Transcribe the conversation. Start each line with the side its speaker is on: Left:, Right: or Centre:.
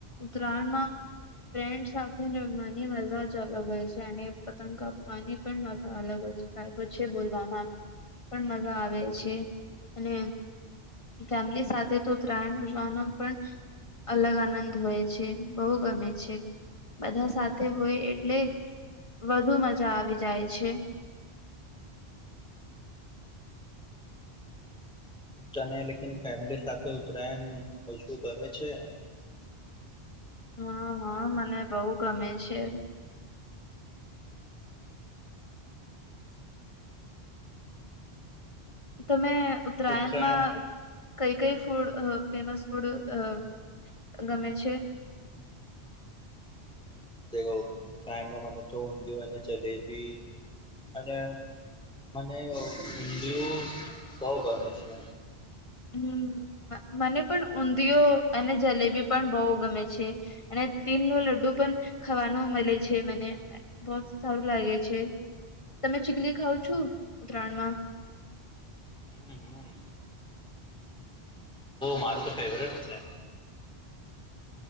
Left: ઉત્તરાયણમાં. ફ્રેન્ડ સાથે રમવાની મજા જ અલગ હોય છે, અને પતંગ કાપવાની પણ મજા અલગ હોય છે. કાઇપો છે, બોલવામાં પણ મજા આવે છે, અને ફેમિલી સાથે તો ઉતરાયણ ઉજવાનું પણ અલગ આનંદ હોય છે, બહુ ગમે છે. બધા સાથે હોય, એટલે વધુ મજા આવી જાય છે.
Centre: તને લેકીન ફેમિલી સાથે ઉજવવું ગમે છે.
Left: હા, હા, મને બહુ ગમે છે. તમે ઉત્તરાયણમાં
Centre: ઉત્તરાયણ
Left: કઈ કઈ ફૂડ અ ફેમસ ફૂડ અ ગમે છે?
Centre: ઉત્તરાયણમા ઉંધીયું અને જલેબી અને <unintelligible> મને ઊંધિયું બહુ ગમે છે.
Left: હમ્મ, મને પણ ઊંધિયો અને જલેબી પણ બહુ ગમે છે. અને તીલનું લડડુ પણ ખાવાનું મળે છે મને. બહોત સારું લાગે છે, તમે ચીકલી ખાઓ છો ઉત્તરાયણમાં?
Centre: હમ્મ, હમ્મ. મારું તો ફેવરેટ છે.